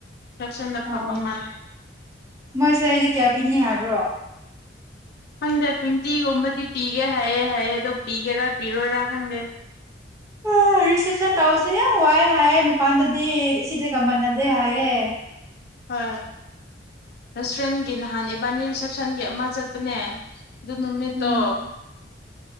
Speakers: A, on the left (about 60°); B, on the right (about 15°).
A: ꯔꯤꯁꯦꯞꯁꯟꯗ ꯐꯝꯕ
B: ꯑꯣ
A: ꯃꯥꯜꯂꯦ
B: ꯃꯣꯏ ꯁꯤ ꯀꯌꯥ ꯄꯤꯅꯤ ꯍꯥꯏꯕ꯭ꯔꯣ
A: ꯈꯪꯗꯦ ꯇ꯭ꯋꯦꯟꯇꯤꯒꯨꯝꯕꯗꯤ ꯄꯤꯒꯦ ꯍꯥꯏꯌꯦꯦ ꯍꯥꯏꯌꯦ ꯑꯗꯣ ꯄꯤꯒꯦꯔꯥ ꯄꯤꯔꯣꯏꯔꯥ ꯈꯪꯗꯦ
B: ꯎ ꯔꯤꯁꯦꯞꯁꯟ ꯇꯧꯁꯦ ꯌꯥꯝ ꯋꯥꯏꯦ ꯍꯥꯏꯌꯦꯦ ꯃꯄꯥꯟꯗꯗꯤ ꯁꯤꯗꯤꯒ ꯃꯥꯟꯅꯗꯦ ꯍꯥꯏꯑ
A: ꯍꯝ ꯔꯦꯁꯇꯨꯔꯦꯟꯒꯤ ꯅꯍꯥꯟ ꯏꯕꯥꯅꯤ ꯔꯤꯁꯦꯞꯁꯟꯒꯤ ꯑꯃ ꯆꯠꯄꯅꯦ ꯑꯗꯨ ꯅꯃꯤꯠꯇ
B: ꯎꯝ